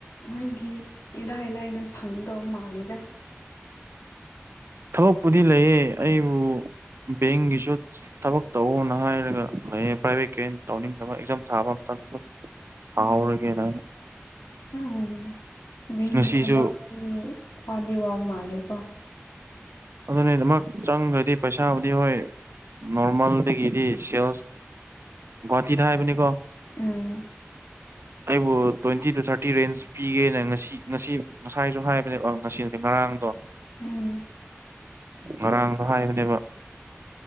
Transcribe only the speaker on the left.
ꯅꯪꯒꯤ ꯏꯔꯥꯏ ꯂꯥꯏꯅ ꯐꯪꯗꯕ ꯃꯥꯜꯂꯤꯗ <inaudible>
ꯎꯝ
ꯎꯝ ꯕꯦꯡꯒꯤ
ꯊꯕꯛꯇꯤ ꯋꯥꯗꯤ ꯋꯥ ꯃꯥꯜꯂꯦꯀꯣ
ꯎꯝ
ꯎꯝ